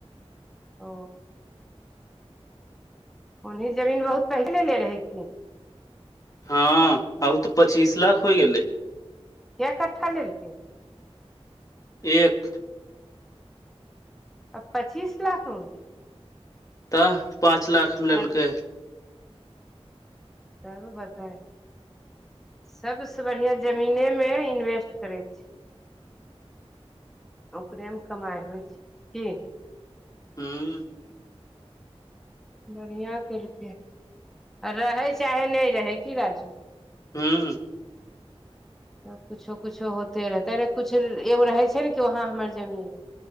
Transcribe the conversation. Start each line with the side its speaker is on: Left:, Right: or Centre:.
Centre: ओ ओन्ही जमीन बहुत पहिले ले रहै की।
Left: हँ आब तऽ पच्चीस लाख होइ गेलै
Centre: केय कट्ठा लेलकै
Left: एक
Centre: अब पच्चीस लाख हो गेलै
Left: तऽ पाँच लाखमे लेलकै
Centre: आर तब बताह सबस बढ़िया जमीने मे इन्वेस्ट करै छी ओकरेमे कमाइ होइ छै की
Left: हूँ
Centre: बढ़िया केलकै आ रहै चाहे नहि रहै की राजू
Left: हूँ
Centre: <inaudible> त कुछो कुछो होते रहै <unintelligible> कछो एगो रहे छै नऽ कि वहाँ हमर जमीन रेहै